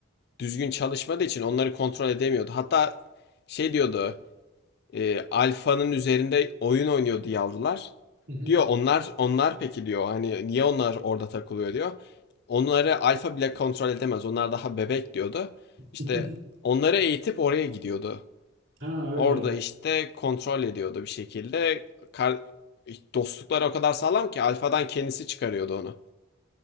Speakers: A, on the left; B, on the right.
A: düzgün çalışmadığı için onları kontrol edemiyordu. Hatta şey diyordu. e, alfanın üzerinde oyun oynuyordu yavrular.
B: Hı hı.
A: Diyor onlar onlar peki diyor. Hani niye onlar orada takılıyor diyor. Onları alfa bile kontrol edemez. Onlar daha bebek diyordu. İşte
B: <laughs>
A: onları eğitip oraya gidiyordu.
B: Ha öyle.
A: Orada işte kontrol ediyordu bir şekilde. Kar dostluklar o kadar sağlam ki Alfa'dan kendisi çıkarıyordu onu.